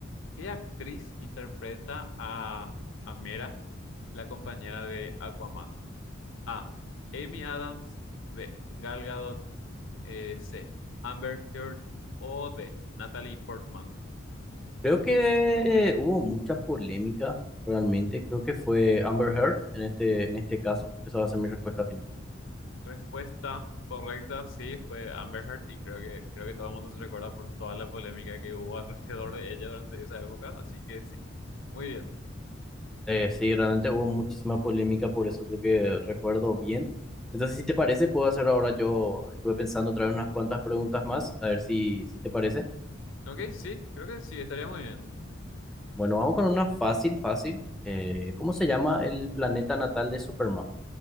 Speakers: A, on the left; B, in the centre.
A: ¿Qué actriz interpreta a, a Mera, la compañera de Aquaman? A. Amy Adams. B. Gal Gadot. eh, C. Amber Heard. O D. Natalie Portman.
B: Creo que hubo mucha polémica, realmente. Creo que fue Amber Heard en este, en este caso. Esa va a ser mi respuesta final.
A: Respuesta correcta, sí, fue Amber Heard. Y creo que, creo que todo el mundo se recuerda por toda la polémica que hubo <laughs> alrededor de ella durante esa época. Así que sí, muy bien.
B: Eh, sí, realmente hubo muchísima polémica por eso, creo que recuerdo bien. Entonces, si te parece, puedo hacer ahora yo, estuve pensando traer unas cuantas preguntas más, a ver si, si te parece.
A: Ok, sí, creo que sí, estaría muy bien.
B: Bueno, vamos con una fácil, fácil. Eh, ¿cómo se llama el planeta natal de Superman?